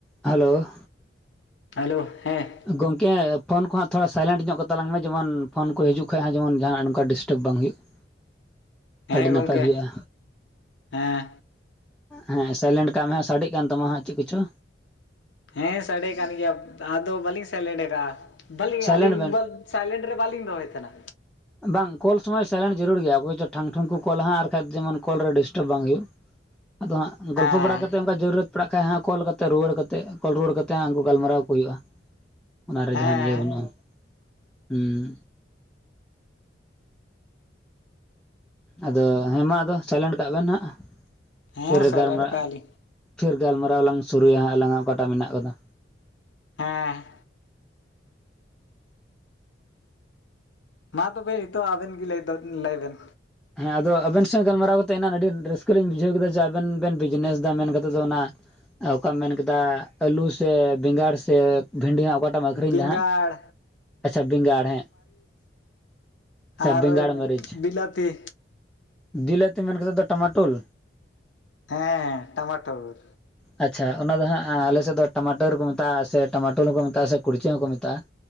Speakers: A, in the centre; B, on the left.
A: Hello,
B: hello ᱦᱮᱸ
A: ᱜᱚᱝᱠᱮ phone ᱠᱚ ᱦᱟᱸᱜ ᱛᱷᱚᱲᱟ ᱥᱟᱭᱞᱮᱱᱴ ᱧᱚᱜ ᱠᱚᱛᱟᱞᱟᱝ ᱢᱮ ᱡᱮᱢᱚᱱ ᱯᱷᱳᱱ ᱠᱚ ᱦᱤᱡᱩᱜ ᱠᱷᱟᱭ ᱦᱟᱸᱜ ᱡᱮᱢᱚᱱ ᱡᱟᱦᱟᱱᱟᱜ ᱱᱚᱝᱠᱟ ᱰᱤᱥᱴᱟᱵ ᱵᱟᱝ ᱦᱩᱭᱩᱜ᱾ <inaudible>
B: ᱦᱮᱸ
A: ᱱᱟᱯᱟᱭ
B: ᱜᱚᱝᱠᱮ
A: ᱦᱩᱭᱩᱜᱼᱟ
B: ᱦᱮᱸ,
A: ᱦᱮᱸ ᱥᱟᱭᱞᱮᱱᱴ ᱠᱟᱜ ᱢᱮ ᱥᱟᱰᱮᱜ ᱠᱟᱱ ᱛᱟᱢᱟ ᱦᱟᱜ ᱪᱮᱫ ᱠᱚᱪᱷᱚ᱾
B: ᱦᱮᱸ ᱥᱟᱰᱮ ᱠᱟᱱ ᱜᱮᱭᱟ ᱟᱫᱚ ᱵᱟᱹᱞᱤᱧ ᱥᱟᱭᱞᱮᱱᱴ ᱠᱟᱜ ᱼᱟ ᱵᱟᱹᱞᱤᱧ
A: ᱥᱟᱭᱞᱮᱱᱴ
B: ᱟᱹᱞᱤᱧ,
A: ᱵᱮᱱ
B: ᱥᱟᱭᱞᱮᱱᱴ ᱨᱮ ᱵᱟᱞᱤᱧ ᱫᱚᱦᱚᱭᱮᱫ ᱛᱟᱦᱮᱱᱟ᱾
A: ᱵᱟᱝ ᱠᱚᱞ ᱥᱚᱢᱚᱭ ᱥᱟᱭᱞᱮᱱᱴ ᱡᱟᱨᱩᱲ ᱜᱮᱭᱟ ᱚᱠᱚᱭᱪᱚ ᱴᱷᱟᱝ ᱴᱷᱩᱝ ᱠᱚ ᱠᱚᱞᱟᱦᱟᱜ ᱟᱨ ᱠᱟᱷᱟᱭᱡ ᱡᱮᱢᱚᱱ ᱠᱚᱞ ᱨᱮ ᱰᱤᱥᱴᱟᱵ ᱵᱟᱝ ᱦᱩᱭᱩᱜ᱾ ᱟᱫᱚ ᱦᱟᱸᱜ ᱜᱚᱞᱯᱚ
B: ᱦᱮᱸ
A: ᱵᱟᱲᱟ ᱠᱟᱛᱮᱜ, ᱚᱱᱠᱟ ᱡᱟᱹᱨᱩᱨᱚᱛ ᱯᱟᱲᱟᱜ ᱠᱷᱟᱱ ᱦᱟᱸᱜ ᱠᱚᱞ ᱠᱟᱛᱮ ᱨᱩᱣᱟᱹᱲ ᱠᱟᱛᱮ ᱠᱚᱞ ᱨᱩᱣᱟᱹᱲ ᱠᱟᱛᱮ ᱦᱟᱸᱜ ᱩᱱᱠᱩ ᱜᱟᱞᱢᱟᱨᱟᱣ ᱠᱚ ᱦᱩᱭᱩᱜᱼᱟ᱾ ᱚᱱᱟᱨᱮ
B: ᱦᱮᱸ
A: ᱡᱟᱦᱟᱱ ᱤᱭᱟᱹ ᱵᱟᱹᱱᱩᱜᱼᱟ ᱦᱩᱸ᱾ ᱟᱫᱚ ᱦᱮᱸᱢᱟ ᱟᱫᱚ ᱥᱮᱟᱭᱞᱮᱱᱴ ᱠᱟᱜ ᱵᱮᱱ ᱦᱟᱸᱜ
B: ᱦᱮᱸ
A: ᱯᱷᱤᱨ
B: ᱥᱟᱭᱞᱮᱱᱴ
A: ᱜᱟᱞᱢᱟᱨᱟᱜ,
B: ᱠᱟᱜᱼᱟ ᱞᱤᱧ
A: ᱯᱷᱤᱨ ᱜᱟᱞᱢᱟᱨᱟᱣ ᱟᱞᱟᱝ ᱥᱩᱨᱩᱭᱟ ᱦᱟᱸᱜ ᱟᱞᱟᱝᱟᱜ ᱚᱠᱟᱴᱟᱜ ᱢᱮᱱᱟᱜ ᱟᱠᱟᱫᱟ᱾
B: ᱦᱮᱸ, ᱢᱟ ᱛᱚᱵᱮ ᱱᱤᱛᱚᱜ ᱟᱵᱮᱱ ᱜᱮ ᱞᱟᱹᱭ ᱞᱟᱹᱭᱵᱮᱱ᱾
A: ᱦᱮᱸ ᱟᱫᱚ ᱟᱵᱮᱱ ᱥᱟᱸᱣ ᱜᱟᱞᱢᱟᱨᱟᱣ ᱠᱟᱛᱮ ᱮᱱᱟᱱ ᱟᱹᱰᱤ ᱨᱟᱹᱥᱠᱟᱹ ᱞᱤᱧ ᱵᱩᱡᱷᱟᱹᱣ ᱠᱮᱫᱟ ᱡᱮ ᱟᱵᱮᱱ ᱵᱮᱱ ᱵᱤᱡᱱᱮᱥ ᱮᱫᱟ ᱢᱮᱱ ᱠᱟᱛᱮᱫ ᱫᱚ ᱚᱱᱟ, ᱚᱠᱟᱢ ᱢᱮᱱ ᱠᱮᱫᱟ ᱟᱹᱞᱩ ᱥᱮ ᱵᱮᱸᱜᱟᱲ ᱥᱮ ᱵᱷᱤᱱᱰᱤ ᱦᱚᱸ ᱚᱠᱟᱴᱟᱜ, ᱟᱹᱷᱨᱤᱧ
B: ᱵᱮᱸᱜᱟᱲ
A: ᱫᱟ ᱦᱟᱸᱜ ᱟᱪᱪᱷᱟ ᱵᱮᱸᱜᱟᱲ ᱦᱮᱸ, ᱟᱪᱪᱷᱟ
B: ᱟᱨ
A: ᱵᱮᱸᱜᱟᱲ ᱢᱟᱹᱨᱤᱪ
B: ᱵᱤᱞᱟᱹᱛᱤ
A: ᱵᱤᱞᱟᱹᱛᱤ ᱢᱮᱱ ᱠᱟᱛᱮ ᱫᱚ ᱴᱟᱢᱟᱴᱳᱞ᱾
B: ᱦᱮᱸ ᱦᱮᱸ ᱴᱟᱢᱟᱴᱳᱨ᱾
A: ᱟᱪᱪᱷᱟ ᱚᱱᱟ ᱫᱚ ᱦᱟᱸᱜ ᱟᱞᱮ ᱥᱮᱫ ᱫᱚ ᱴᱟᱢᱟᱴᱳᱨ ᱠᱚ ᱢᱮᱛᱟᱜᱼᱟ ᱥᱮ ᱴᱟᱢᱟᱴᱳᱞ ᱦᱚᱸᱠᱚ ᱢᱮᱛᱟᱜᱼᱟ ᱥᱮ ᱠᱩᱲᱪᱟᱹ ᱦᱚᱸᱠᱚ ᱢᱮᱛᱟᱜᱼᱟ᱾